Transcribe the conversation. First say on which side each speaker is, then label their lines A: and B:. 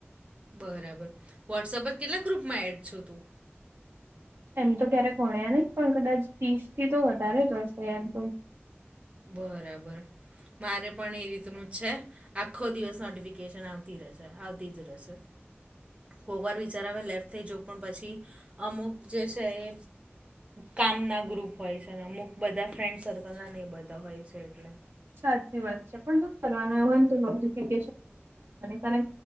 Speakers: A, on the right (about 30°); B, on the right (about 60°).
A: બરાબર વોટ્સઅપ પર કેટલા ગ્રુપમાં એડ છો તું.
B: એમ તો ક્યારે ગણ્યા નહી પણ કદાચ ત્રીસ થી તો વધારે જ હશે એમ તો.
A: બરાબર મારે પણ એ રીતનું જ છે. આખો દિવસ નોટિફિકેશન આવતી રહેશે આવતી જ રહેશે. કોઈક વાર વિચાર આવે લેફ્ટ થઈ જવ પણ પછી. અમુક જે છે એ કામ ના ગ્રુપ હોય છેને અમુક બધા ફ્રેન્ડ સર્કલ ના ને બધ. દ હોય છે એટલે.
B: સાચી વાત છે પણ દુખ કરવાનું હોયને તો નો. િકન કાર